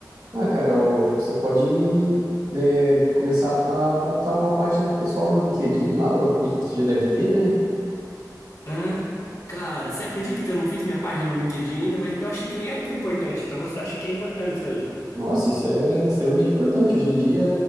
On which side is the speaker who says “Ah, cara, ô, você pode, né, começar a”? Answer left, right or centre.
Right